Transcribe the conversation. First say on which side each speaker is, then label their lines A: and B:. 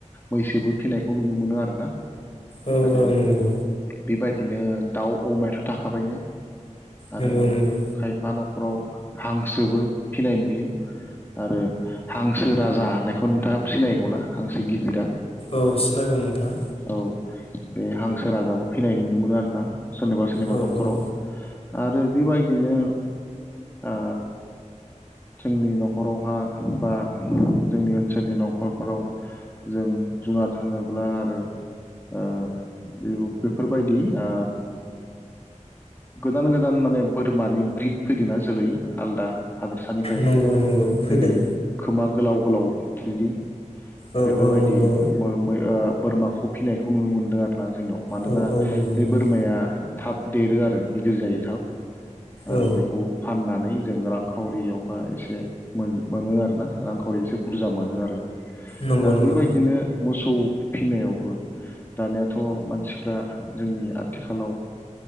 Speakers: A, on the left (about 15°); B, on the left (about 50°).
A: मैसोबो फिसिनायखौ नुनो मोनो आरोना।
B: औ
A: आरो
B: औ नंगौ
A: बेबायदि बिदिनो दाउ अमायाथ' थाखाबायनो। आरो
B: नंगौ नंगौ
A: खायफा नखर न'खराव हांसोबो फिनाय नुयो आरो हांसो राजा होननायखौ नोंथाङा सिनायगौना हांसो गिदिरा।
B: औ सिनांगौ नोंथां
A: औ बे हांसो राजाबो फिनाय नुनो मोनो आर ना सोरनिबा सोरनिबा
B: औ
A: न'खराव
B: औ
A: आरो बेबायदिनो ओ जोंनि न'खरावहा बा जोंनि ओनसोलनि न'खरफोराव जों जुनाद होनोब्ला आरो ओ बे बेफोरबायदि आ गोदान गोदान माने बोरमानि ब्रिद फैदों नना जोलै आलदा। हादोरसानिफ्राय
B: नंगौ नंगौ फैदों
A: जेरै खोमा गोलाव। फुलाव थुदि
B: औ
A: बेफोरबायदि
B: नंगौ
A: मो मो बोरमाखौ फिनायखौ नुनो मोनदों आरो आ जोंनियाव मानोना
B: औ औ नंगौ
A: बे
B: नंगौ
A: बोरमाया थाब देरो आरो गिदिर जायो थाब आरो
B: औ
A: बेखौ फाननानै जों रांखावरियावहा एसे मोन मोनो आरोना रां खावरि एसे बुरजा मोनो आरो
B: नंगौ
A: आरो
B: नंगौ
A: बेबायदिनो मोसौ फिनायावबो दानियाथ' मानसिफ्रा जोंनि आथिखालाव